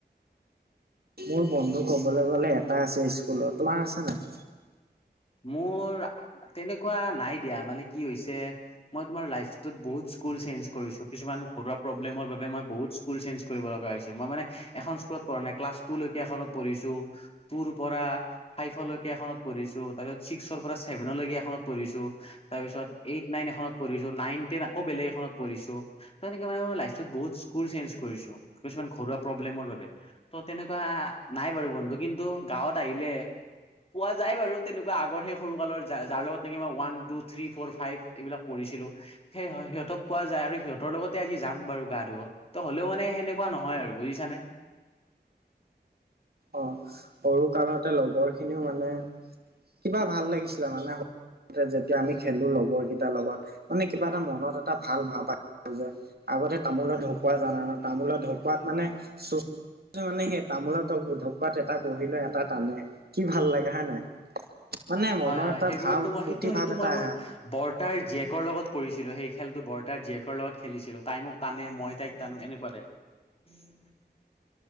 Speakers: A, on the right; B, on the left.
A: মোৰ বন্ধু ক'বলে গ'লে এটা আছে স্কুলত তোমাৰ আছে নাই
B: মোৰ তেনেকুৱা নাই দিয়া মানে কি হৈছে মই তোমাৰ লাইফটোত বহুত স্কুল চেইঞ্চ কৰিছো কিছুমান ঘৰুৱা প্ৰব্লেমৰ বাবে মই বহুত স্কুল চেঞ্জ কৰিব লগা হৈছে মই মানে এখন স্কুলত পঢ়া নাই‌ ক্লাছ টু লৈকে এখনত পঢ়িছো টুৰ পৰা ফাইভলৈকে এখনত পঢ়িছো, তাৰ পিছত ছিক্সৰ পৰা চেভেনলৈকে এখনত পঢ়িছো তাৰ পিছত এইট নাইন এখনত পঢ়িছো নাইন টেন আকৌ বেলেগ এখনত পঢ়িছো, তাৰ মানে কি মানে মই লাইফটোত বহুত স্কুল চেঞ্জ কৰিছো কিছুমান ঘৰুৱা প্ৰব্লেমৰ বাবে। ত' তেনেকুৱা নাই বাৰু বন্ধু কিন্তু গাঁৱত আহিলে পোৱা যায় বাৰু। তেনেকুৱা আগৰ সেই সৰু কালৰ যা যাৰ লগত নেকি মই one, two, three, four, five এইবিলাক পঢ়িছিলো সেই সিহঁতক পোৱা যায় আৰু সিহঁতৰ লগতে আজি যাম বাৰু গা ধুব ত হলেও মানে সেনেকুৱা নহয় আৰু বুজিছানে
A: অ সৰু কালতে লগৰ খিনিও মানে কিবা ভাল লাগিছিলে মানে সৰুতে যেতিয়া আমি খেলো লগৰ কেইটাৰ লগত মানে কিবা এটা মনত এটা ভাল ভাল পাত যে আগতে তামোলৰ ঢকুৱা জানা নে তামোলৰ ঢকুৱাত মানে চু- মানে সেই তামোলৰ ঢকুৱাত এটা বহি লৈ এটা টানে কি ভাল লাগে হয় নাই মানে মনৰ
B: হয় হয়
A: এটা
B: সেইবোৰতো
A: ভাল
B: মই
A: ফূৰ্তি
B: সেইটো সেইটো
A: ভাৱ এটা
B: মই মোৰ
A: আহে
B: বৰ্তাৰ জীয়েকৰ লগত কৰিছিলোঁ সেই খেলটো বৰ্তাৰ জীয়েকৰ লগত খেলিছিলোঁ তাই মোক তানে মই তাইক টানো এনেকুৱা টাইপ